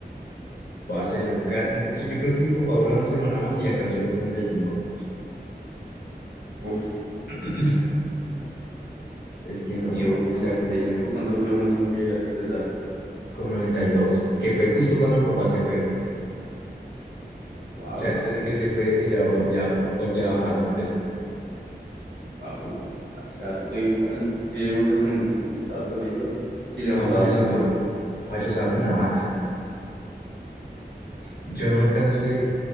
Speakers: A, on the left; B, on the right.
A: Parce, yo, ca- un poquito, yo creo que mi papá duró una semana más y alcanzó los noventa y cinco
B: Uf,
A: <clears throat> Es que no,
B: Dios, 95,
A: sea como sea,
B: ¿cuánto fue lo máximo que llegaste a pesar?
A: como 92 que fue justo cuando mi papá se fue.
B: Wow,
A: Ya después de que se fue, ya volví a, volví a bajar a mi peso.
B: wow, harto igual. Es que yo me acuerdo que en un tiempo tú estabas gordito y levantabas
A: No, yo estaba,
B: harto.
A: ah, yo estaba como una vaca. Yo no alcancé,